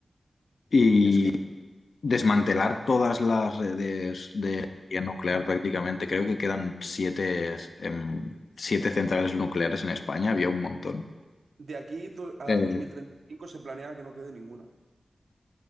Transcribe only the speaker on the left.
Y
desmantelar todas las redes de energía nuclear prácticamente, creo que quedan siete, em, siete centrales nucleares en España, había un montón.
Eh,